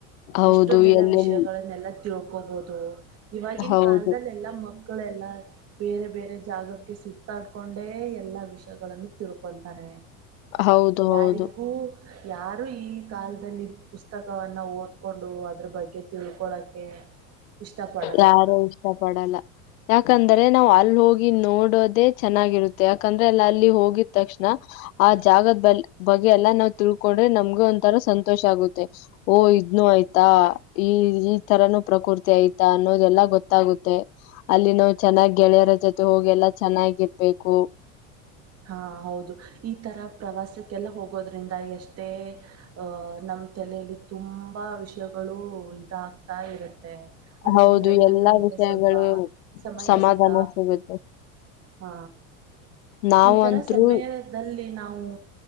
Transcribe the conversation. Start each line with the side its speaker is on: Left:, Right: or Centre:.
Left: ಹೌದು
Right: ಎಷ್ಟೊಂದೆಲ್ಲ
Left: ಎಲ್ಲೆಲ್
Right: ವಿಷಯಗಳನ್ನೆಲ್ಲ, ತಿಳ್ಕೋ... ಕೋ ಬಹುದು... ಇವಾಗಿನ,
Left: ಹೌದು
Right: ಕಾಲದದಲ್ಲಿ. ಎಲ್ಲಾ ಮಕ್ಕಳೆಲ್ಲ, ಬೇರೆ ಬೇರೆ, ಜಾಗಕ್ ಈಗೆ, ಸುತ್ತಾಡ್ಕೊಂಡೆ, ಎಲ್ಲಾ ವಿಷಯಗಳನ್ನು ತಿಳ್ಕೊಂತಾರೆ.
Left: ಹೌದು
Right: ಯಾರಿಗೂ
Left: ಹೌದು
Right: ಯಾರು, ಈ.. ಕಾಲದಲ್ಲಿ ಪುಸ್ತಕವನ್ನ ಓದ್ಕೊಂಡು ಅದ್ರು ಬಗ್ಗೆ, ತಿಳ್ಕೊಳಕೆ, ಇಷ್ಟ. ಪಡಲ್ಲ
Left: ಯಾರು, ಇಷ್ಟ ಪಡಲ್ಲ ಯಾಕಂದ್ರೆ ಅಂದರೆ, ನಾವ್ ಅಲ್ಲಿ ಹೋಗಿ ನೋಡೋದೆೇ ಚೆನ್ನಾಗಿರುತ್ತೆ ಯಾಕಂದ್ರೆ ಅಲ್ಲ ಅಲ್ಲಿ ಹೋಗಿದ ತಕ್ಷಣ, ಆ ಜಾಗದ ಬ ಬಗ್ಗೆ ಎಲ್ಲಾ ನಾವ್ ತಿಳ್ಕೊಂಡ್ರೆ ನಮ್ಗೆ ಒಂಥರ ಸಂತೋಷ, ಆಗುತ್ತೆ ಓ! ಇದ್ನು ಆಯ್ತಾ ಈ ಈ ತರನುೂ ಪ್ರಕೃತಿ ಆಯ್ತ. ಅನ್ನೋದೆಲ್ಲಾ ಗೊತ್ತಾಗುತ್ತೆ. ಅಲ್ಲಿ ನಾವು ಚೆನ್ನಾಗಿ, ಗೆಳೆಯರ ಜೊತೆ ಹೋಗಿ ಎಲ್ಲಾ ಚೆನ್ನಾಗಿರ್ಬೇಕು.
Right: ಹಾ, ಹೌದು. ಈ, ತರ ಪ್ರವಾಸಕ್ಕೆಲ್ಲ ಹೋಗೋದ್ರಿಂದ ಎಷ್ಟೇ ಅ ನಮ್ಮ ತಲೆಯಲ್ಲಿ ತುಂಬಾ ವಿಷಯಗಳು. ಇದಾಗಗ್ತಾ, ಇರುತ್ತೆ. ಅದ್ರಂದ
Left: ಹೌದು
Right: ಎಲ್ಲಾ ನಮ್ಗೆ
Left: ವಿಷಯಗಳು
Right: ಸ್ವಲ್ಪ ಸಮಯ,
Left: ಸಮಾಧಾನ
Right: ಸಿಕ್ಕ.
Left: ಸಿಗುತ್ತೆ
Right: ಹಾ!
Left: ನಾವಂತ್ರು
Right: ಈ, ತರ ಸಮಯದಲ್ಲಿ. ನಾವು.